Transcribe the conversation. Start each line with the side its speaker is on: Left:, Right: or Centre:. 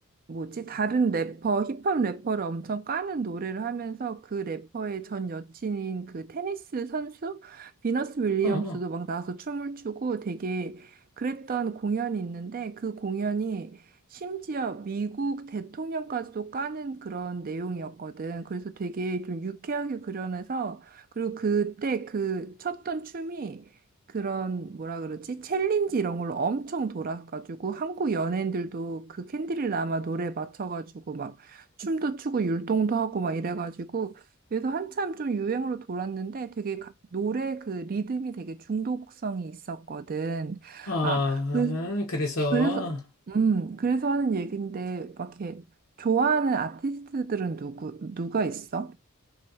Right: 뭐지 다른 래퍼 힙합 래퍼를 엄청 까는 노래를 하면서 그 래퍼의 전 여친인 그 테니스 선수 비너스 윌리엄스도
Left: 어, 어.
Right: 막 나와서 춤을 추고 되게 그랬던 공연이 있는데 그 공연이 심지어 미국 대통령까지도 까는 그런 내용이었거든. 그래서 되게 좀 유쾌하게 그려내서, 그리고 그때 그 쳤던 춤이 그런 뭐라 그러지? 챌린지 이런 걸로 엄청 돌아가지고 한국 연예인들도 그 캔디를 라마 노래 맞춰가지고 막 춤도 추고 율동도 하고 막 이래가지고 그래서 한참 좀 유행으로 돌았는데 되게 가- 노래 그 리듬이 되게 중독성이 있었거든.
Left: 아,
Right: 아, 그
Left: 그래서
Right: 그래서, 음, 그래서 하는 얘긴데, 막 이렇게 좋아하는 아티스트들은 누구, 누가 있어?